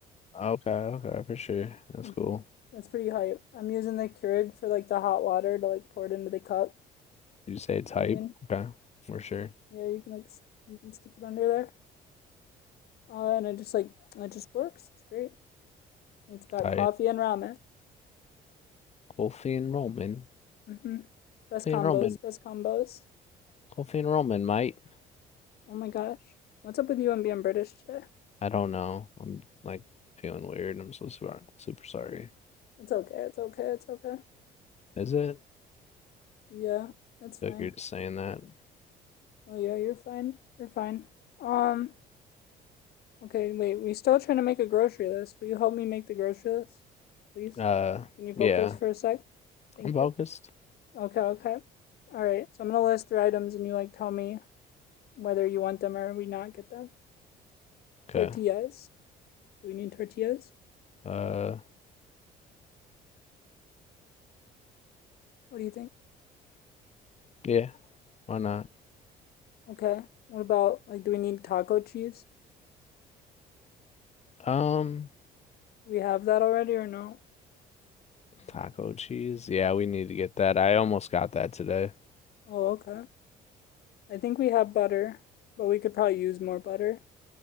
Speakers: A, on the left; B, on the left.
A: Okay, okay, for sure. That's
B: Mm-hmm.
A: cool.
B: That's pretty hype. I'm using the Keurig for like the hot water to like pour it into the cup.
A: You say type.
B: You know what I mean?
A: Okay, for sure.
B: Yeah, you can like you can stick it under there, uh, and it just like it just works. It's great. And It's got
A: Type.
B: coffee and ramen.
A: Coffee and Roman.
B: Mm-hmm. Best
A: Coffee
B: combos.
A: and Roman.
B: Best combos.
A: Coffee and Roman, mate.
B: Oh my gosh, what's up with you and being British today?
A: I don't know. I'm like feeling weird. I'm so super, super sorry.
B: It's okay. It's okay. It's okay.
A: Is it?
B: Yeah, that's
A: I
B: fine.
A: feel like you're just saying that.
B: Oh yeah, you're fine. You're fine. Um. Okay. Wait. We still trying to make a grocery list. Will you help me make the grocery list, please?
A: Uh,
B: Can you focus
A: yeah,
B: for a sec? Thank
A: I'm focused.
B: you. Okay. Okay. All right. So I'm gonna list three items, and you like tell me whether you want them or we not get them. Tortillas.
A: Okay.
B: Do we need tortillas?
A: Uh,
B: What do you think?
A: yeah, why not?
B: Okay. What about like do we need taco cheese?
A: Um,
B: Do we have that already or no?
A: taco cheese. Yeah, we need to get that. I almost got that today.
B: Oh, okay. I think we have butter, but we could probably use more butter.